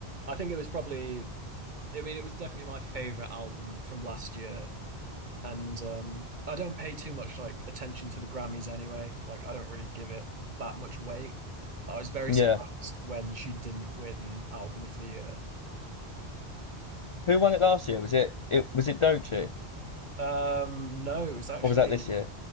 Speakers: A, on the right; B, on the left.
A: I think it was probably I mean it was definitely my favorite album from last year. And um, I don't pay too much like attention to the Grammys anyway. Like I don't really give it that much weight. But I was very
B: Yeah.
A: surprised when she didn't win Album of the Year.
B: Who won it last year? Was it it was it Dochi
A: Um, no, it was actually
B: or was that this year?